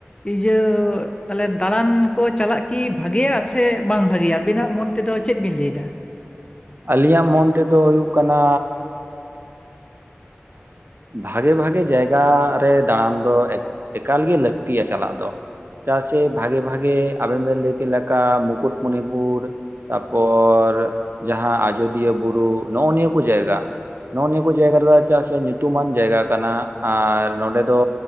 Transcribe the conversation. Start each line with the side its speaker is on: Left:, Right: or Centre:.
Left: ᱤᱡᱟᱹ ᱛᱟᱞᱦᱮ ᱫᱟᱬᱟᱱ ᱠᱚ ᱪᱟᱞᱟᱜ ᱠᱤ ᱵᱷᱟᱜᱮᱭᱟ ᱥᱮ ᱵᱟᱝ ᱵᱷᱟᱜᱮᱭᱟ ᱟᱹᱵᱤᱱᱟᱜ ᱢᱚᱛᱼᱼ ᱛᱮᱫᱚ ᱪᱮᱫ ᱵᱤᱱ ᱞᱟᱹᱭ ᱮᱫᱟ?
Right: ᱟᱹᱞᱤᱧᱟᱜ ᱢᱚᱱ ᱛᱮᱫᱚ ᱦᱩᱭᱩᱜ ᱠᱟᱱᱟᱻ ᱵᱷᱟᱜᱮ ᱵᱷᱟᱜᱮ ᱡᱟᱭᱜᱟ ᱨᱮ ᱫᱟᱬᱟᱱ ᱫᱚᱼᱼ ᱮᱠᱟᱞ ᱜᱮ ᱞᱟᱹᱠᱛᱤᱭᱟ ᱪᱟᱞᱟᱜ ᱫᱚ᱾ ᱪᱟ ᱥᱮ ᱵᱷᱟᱜᱮ ᱵᱷᱟᱜᱮ ᱟᱵᱮᱱ ᱵᱮᱱ ᱞᱟᱹᱭ ᱠᱮ ᱞᱟᱠᱟ ᱢᱩᱠᱩᱴᱢᱩᱱᱤ ᱯᱩᱨ ᱛᱟᱯᱚᱨ ᱡᱟᱦᱟᱸ ᱟᱡᱫᱤᱭᱟᱹ ᱵᱩᱨᱩ ᱱᱚᱜ-ᱚ ᱱᱤᱭᱟᱹ ᱠᱚ ᱡᱟᱭᱜᱟ᱾ ᱱᱚᱜ-ᱚ ᱱᱤᱭᱟᱹ ᱠᱚ ᱡᱟᱭᱜᱟ ᱨᱮᱫᱚ ᱪᱟᱜ ᱥᱮ ᱧᱩᱛᱩᱢᱟᱱ ᱡᱟᱭᱜᱟ ᱠᱟᱱᱟ᱾ ᱟᱨ ᱱᱚᱸᱰᱮ ᱫᱚ